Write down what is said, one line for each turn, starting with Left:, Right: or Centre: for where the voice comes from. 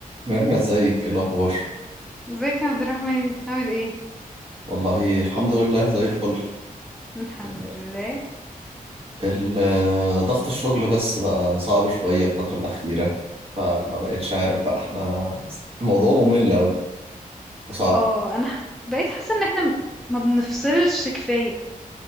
Right: ميرنا ازيك ايه الاخبار
Centre: ازيك يا عبد الرحمن عامل ايه
Right: والله الحمد لله زي الفل
Centre: الحمد
Right: ال-
Centre: لله
Right: ال- آه، ضغط الشغل بس بقى صعب شوية الفترة الأخيرة فما بقتش عارف بقى احنا الموضوع ممل أوي وصعب
Centre: اه انا ح- بقيت حاسه ان احنا م- ما بنفصلش كفايه